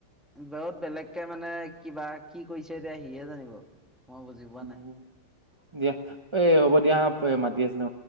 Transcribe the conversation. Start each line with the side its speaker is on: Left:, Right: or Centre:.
Centre: বহুত বেলেগকে মানে কিবা কি কৰিছে এতিয়া সিহে জানিব মই বুজি পোৱা
Right: উম
Centre: নাই
Right: দিয়া এ হ'ব দিয়া মাতি আছিলে